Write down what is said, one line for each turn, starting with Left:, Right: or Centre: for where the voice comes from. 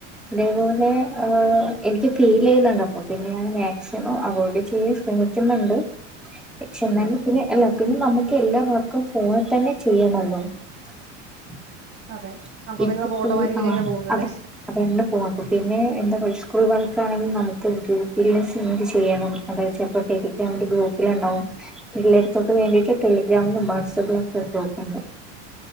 Centre: ഇതേപോലെ ഏഹ് ആഹ് എനിക്ക് ഫീലെയ്യുന്നുണ്ട് അപ്പോ പിന്നെ ഞാൻ മാക്സിമം അവോയ്ഡ് ചെയ്യാൻ ശ്രമിക്ക്യുന്നുണ്ട് പക്ഷേ എന്നാലും
Right: ഉം
Centre: പിന്നെ എല്ലാത്തിനും നമുക്ക് എല്ലാ വർക്കും ഫോണിത്തന്നെ ചെയ്യണം <unintelligible>
Right: അതെ അപ്പൊ
Centre: ഇപ്പ
Right: പിന്നെ നമ്മൾ
Centre: ഫുൾ
Right: ഓട്ടോമാറ്റിക്കലി
Centre: ആഹ്
Right: ഇങ്ങനെ പോകുന്നല്ലേ
Centre: അത് അതെ <unintelligible> പിന്നെ എന്താ <unintelligible> സ്കൂള് വർക്കാണെങ്കി നമുക്ക് ഗ്രൂപ്പില് സെൻഡ് ചെയ്യണം അതായത് ചെലപ്പോ ടെലിഗ്രാമില് ഗ്രൂപ്പില്ണ്ടാവും ഉം പിള്ളേര്ക്കൊക്ക് വേണ്ടീട്ട് ടെലിഗ്രാമിലും വാട്സആപ്പിലും ഒക്കെ ഗ്രൂപ്പ്ണ്ട്